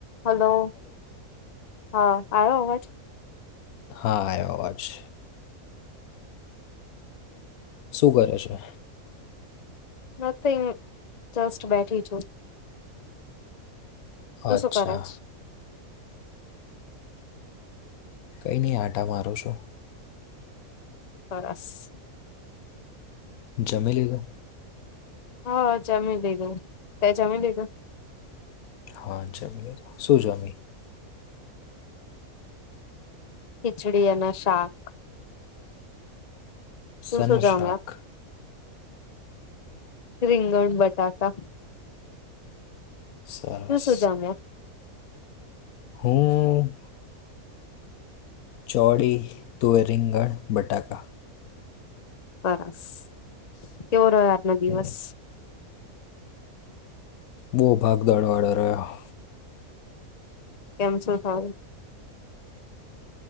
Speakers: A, on the left; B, on the left.
A: Hello હા. આવયો અવાજ
B: હા એ વા જ છે. શું કરે છે?
A: નથિંગ જસ્ટ બેઠી છું. તો
B: અચ્છા
A: શું કર જ
B: કઈ નહી આંટા મારો છો
A: સરસ.
B: જામે લ તો
A: હા જમી લીધય તે જમી લીધું.
B: હા શું જોમી
A: ખીચડીયા અના શાક
B: સઝ
A: તું શું
B: નુ
A: જમ્યા
B: શાખ
A: રીંગણ બટાકા
B: સરસ
A: તુ શું જામ્યો
B: હમ. ચોડી, તુવે, રીંગણ, બટાકા
A: સરસ કેવુ ર આજ નો દિવસ
B: હમ, બહુ ભાગદોડવાળા રહ્યા
A: કેમ શું થાયુ